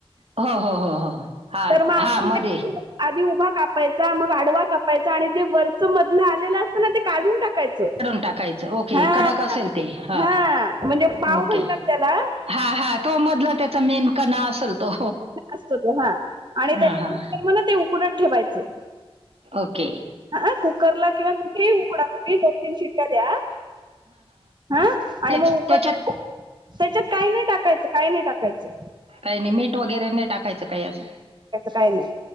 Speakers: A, on the right; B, on the right.
A: हो हो हो हो हा
B: तर मग आपण
A: हा मध्ये
B: काय आधी उभा कापायचा. मग आडवा का आणि जे वरचं मधलं आलेलं असतं ना ते काढून टाकायचं.
A: टाकायं के
B: हा
A: कडक अडक आसेल ते. ह
B: हा म्हणजे पाव
A: ओके
B: म्हणतात त्याला
A: हा हा. तो मधला त्याचा मेन कना असेल तो.
B: असत तो हा आणि त्याच्यानर
A: हा हा
B: म ते उकडत ठेवायचं.
A: ओके.
B: हा कुकरला किंवा कुठेही उकडा. दोन तीन शिट्या द्या. हा आणि
A: त्याच-
B: मग उकड
A: त्याच्यात
B: त्याच्यात काय नाही टाकायचं काय नाही टाकायचं.
A: काही नाही मीठ वगैरे नाही टाकायचं काही असं?
B: काही नाही